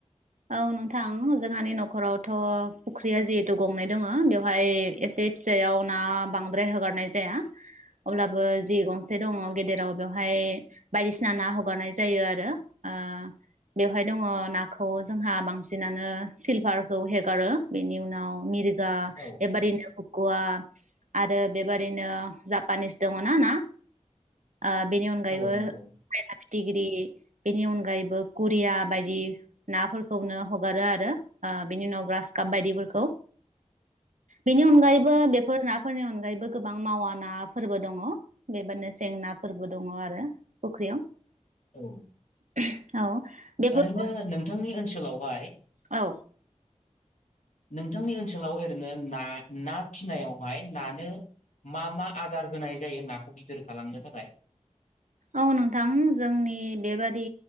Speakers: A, on the right (about 75°); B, on the left (about 75°).
A: औ नोंथां जोंहानि नखरावथ' फुख्रिया जिहेथु गंनै दङ बेवहाय एसे फिसायाव ना बांद्राय हगारनाय जाया अब्लाबो जि गंसे दङ गेदेराव बेवहाय बायदिसिना ना हगारनाय जायो आरो ओ बेवहाय दङ ना ख खौ जोंहा बांसिनानो सिलभारखौ हेगारो बेनि उनाव मिर दा
B: औ
A: एबारिनो गवा आरो बेबादिनो जापानिस दङ ना ना आ बेनि अनगायैबो
B: औ नंगौ
A: <unintelligible> फिथिग्रि बेनि अनगायैबो कुरिया बायदि नाफोरखौनो हगारो आरो आ बिनि उनाव ग्रासकाप बायदिफोरखौ बेनि अनगायैबो बेफोर नाफोरनि अनगायैबो गोबां मावा नाफोरबो दङ बेबोनो सें नाफोरबो दङ आरो फुख्रियाव
B: औ
A: <unintelligible> औ बेफोरखौ
B: ओरैनो नों नोथांनि ओनसोलाव वहाय
A: औ
B: नोंथांनि ओनसोलाव एरैनो ना ना फिनायावहाय नानो मा मा आदार होनाय जायो नाखौ गिदिर खालामनो थाखाय
A: औ नोंथां जोंनि बेबादि